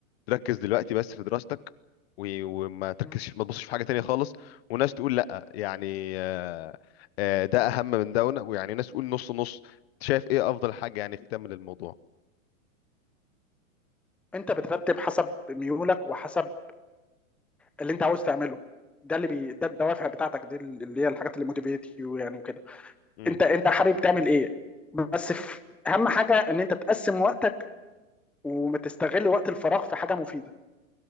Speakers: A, on the left (about 50°); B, in the centre.
A: ركز دلوقتي بس في دراستك و- وما تركزش
B: م.
A: ما تبصش في حاجه تانية خالص وناس تقول لا يعني آه آه ده اهم من ده ون- ويعني ناس تقول نص نص شايف ايه افضل حاجه يعني تكمل الموضوع
B: انت بترتب حسب ميولك وحسب اللي انت عاوز تعمله ده اللي بي... ده الدوافع بتاعتك دي اللي هي الحاجات اللي موتيفيت يو يعني وكده
A: امم
B: انت انت حابب تعمل ايه بس في اهم حاجه ان انت تقسم وقتك وتستغل وقت الفراغ في حاجه مفيده